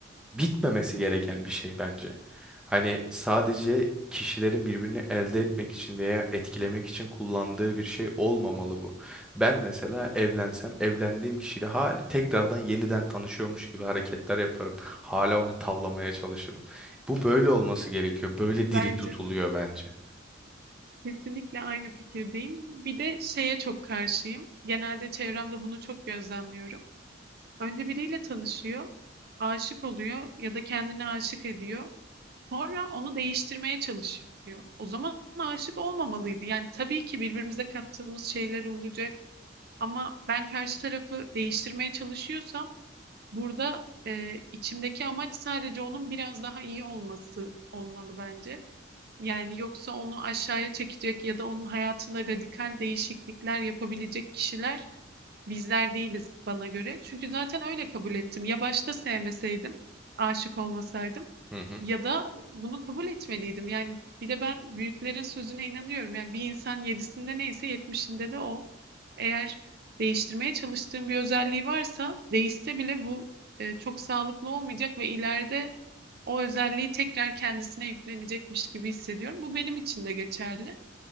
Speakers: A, in the centre; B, on the right.
A: bitmemesi gereken bir şey bence. Hani sadece kişilerin birbirini elde etmek için veya etkilemek için kullandığı bir şey olmamalı bu. Ben mesela evlensem evlendiğim kişiyle hala tekrardan yeniden tanışıyormuş gibi hareketler yaparım. Hala onu tavlamaya çalışırım. Bu böyle olması gerekiyor. Böyle diri
B: Bence
A: tutuluyor
B: de.
A: bence.
B: Kesinlikle aynı fikirdeyim. Bir de şeye çok karşıyım. Genelde çevremde bunu çok gözlemliyorum. Önce biriyle tanışıyor, aşık oluyor ya da kendini aşık ediyor. Sonra onu değiştirmeye çalışıyor. O zaman aşık olmamalıydı. Yani tabii ki birbirimize kattığımız şeyler olacak ama ben karşı tarafı değiştirmeye çalışıyorsam burada e, içimdeki amaç sadece onun biraz daha iyi olması olmalı bence. Yani yoksa onu aşağıya çekecek ya da onun hayatında radikal değişiklikler yapabilecek kişiler bizler değiliz bana göre. Çünkü zaten öyle kabul ettim. Ya başta sevmeseydim, aşık olmasaydım.
A: Hı hı.
B: Ya da bunu kabul etmeliydim. Yani bir de ben büyüklerin sözüne inanıyorum. Yani bir insan yedisinde neyse yetmişinde de o. Eğer değiştirmeye çalıştığım bir özelliği varsa değişse bile bu e, çok sağlıklı olmayacak ve ileride o özelliği tekrar kendisine yüklenecekmiş gibi hissediyorum. Bu benim için de geçerli.